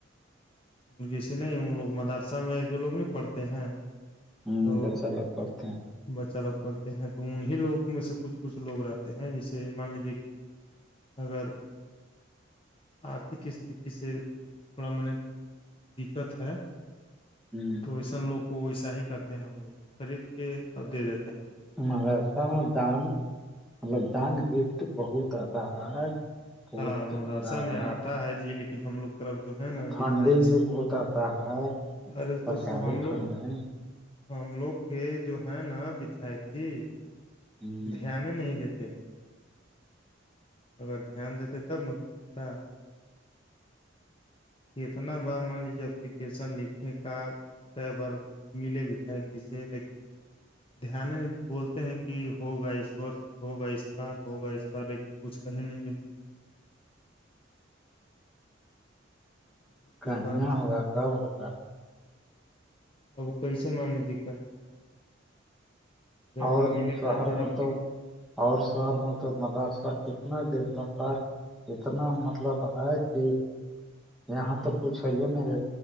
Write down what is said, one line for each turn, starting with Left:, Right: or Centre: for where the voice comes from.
Left: جیسے نہیں ان لوگ مدرسہ میں جو لوگ نہیں پڑھتے ہیں
Centre: ہوں
Left: تو
Centre: بچہ لگ پڑھتے ہیں
Left: بچہ لوگ پڑھتے ہیں تو انیں لوگ میں سے کچھ کچھ لوگ رہتے ہیں جیسے مان لیجے کہ اگر آرھک است سے تھوڑا م نے دقت ہے
Centre: ہوں
Left: ویسن لوگ کو ویسا ہی کرتے ہیں ہم لوگ خرید کے اب دے دیتے ہیں کپڑا
Centre: مرسہ میں دان مطلب دان گفٹ بہت آتا بہت
Left: ہاں مدرسہ
Centre: پورا
Left: میں
Centre: دام
Left: آتا ہے جی لیکن ہم لوگ طرف جو ہے نا بداک
Centre: فنڈنگ بھی بہت آتا ہے
Left: ارے
Centre: سرکاری
Left: تو ہم لوگ
Centre: فنڈنگ
Left: ہم لوگ کے جو ہے نا بداک جی
Centre: ہوں
Left: دھیان نہیں دیتے ہیں اگر دھیان دیتے تب ن کچھ ہوتا ہے کتنا بار مان لیجیے اپلیکیشن لکھے کا کئی بار ملے وداک جی سے لیکن دھیان بولتے ہیں کہ ہوگا اس و ہوگا اس بار ہوگا اس بار لیکن کچھ کہیں نہیں ملتا ہے۔ یہی تو
Centre: کہیا
Left: بات
Centre: ہوگا
Left: ہے
Centre: کب ہوگا
Left: اب کیسے مان لیجیے کا
Centre: اور
Left: کے ملے
Centre: شہر
Left: ک بار
Centre: میں
Left: اپلیک
Centre: تو اور شہر میں تو مدرسہ اتنا ڈولپ تھا اتنا مطلب ہے کہ یہاں تو کچھ ہے نہیں